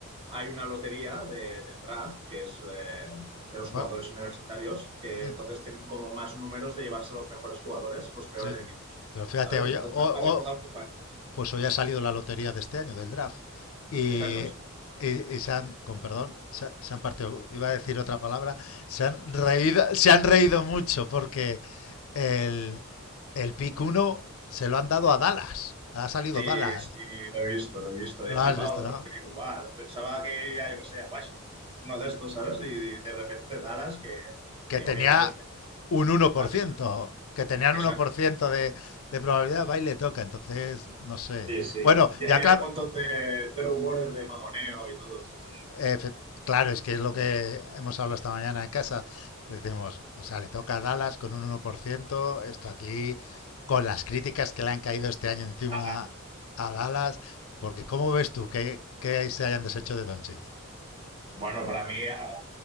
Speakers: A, on the right; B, on the left.
A: Hay una lotería de- del draft, que es eh, de los
B: bueno,
A: jugadores universitarios, que
B: mm,
A: entonces tienen como más números de llevarse los mejores jugadores, los peores
B: sí,
A: equipos,
B: pero fíjate,
A: ¿sabes?
B: oye,
A: Entonces
B: o- o-
A: me me ha recordado un poco a eso.
B: Pues hoy ha salido la lotería de este año, del draft. Y,
A: Exacto, sí,
B: y- y se han, con perdón, se, han- se han partido, iba a decir otra palabra, se han reído, se han reído mucho porque el, el pick uno se lo han dado a Dallas. Ha salido
A: Sí,
B: Dallas.
A: sí, lo he visto, lo he visto. He
B: Lo
A: flipado
B: has visto, ¿no?
A: porque digo, guau, pensaba que iría, yo que sé, a Washington, alguno de estos, ¿sabes? Y de repente Dallas, que,
B: Que
A: que
B: tenía
A: obviamente este
B: un uno por
A: ha
B: ciento,
A: tenido...
B: que tenían
A: Exacto.
B: uno por ciento de, de probabilidad, va y le toca. Entonces, no sé.
A: Sí, sí.
B: Bueno,
A: Ya,
B: ya
A: ya
B: claro,
A: hay un montón de, de rumores de mamoneo y todo, sí, sí.
B: Efe- Claro, es que es lo que hemos hablado esta mañana en casa. Decimos, o sea, le toca a Dallas con un uno por ciento. esto aquí, con las críticas que le han caído este año encima
A: Ah,
B: a Dallas, porque ¿cómo ves tú que, que se hayan deshecho de Doncic?
A: Bueno, para mí, a,